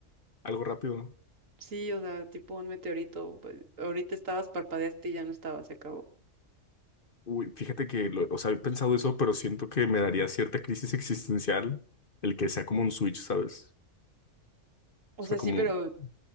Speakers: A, on the left; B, on the right.
A: algo rápido.
B: sí, o sea, tipo un meteorito. pues, ahorita estabas, parpadeaste y ya no estaba, se acabó.
A: Uy, fíjate que, lo- o sea, he pensado eso, pero siento que me daría cierta crisis existencial el que sea como un switch, ¿sabes?
B: O
A: O sea,
B: sea,
A: como
B: sí, pero,
A: <laughs>